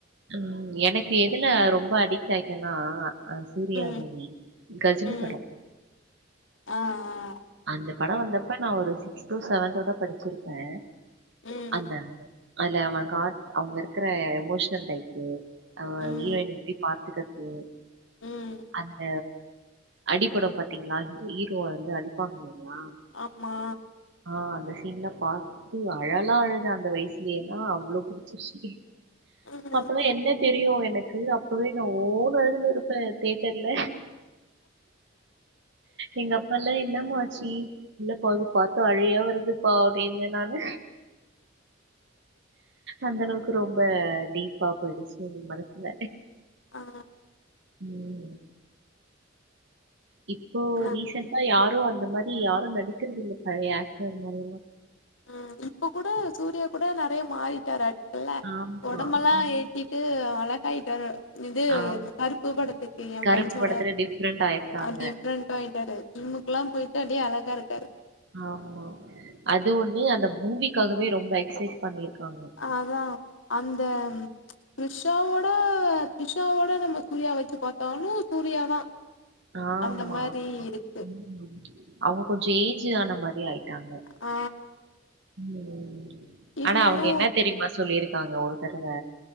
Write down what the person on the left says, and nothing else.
ம்
ம்
ஆ ஆ
ம்
ம்
ம்
ஆமா
ம் ம்
ஆ
நா
உம் இப்ப கூட சூர்யா கூட நெறைய மாறிட்டாரு அடல்ல <inaudible>
உடம்ப எல்லாம்
ஏ சுத்திட்டு அழகாயிட்டரு இது
கருப்பு படத்துக்கு என்
ஃபிரெண்ட்ஸோட
டிஃப்ரெண்ட்டா ஆயிட்டாரு ஜிம்முக்குல்லாம் போயிட்டு அப்டியே அழகா இருக்காரு
அதான் அந்த த்ரிஷாவோட த்ரிஷாவோட நம்ம சூர்யா வச்சு பாத்தோனும் சூர்யாதா
அந்த மாரி இருக்கு
ஆ
இருந்தாலு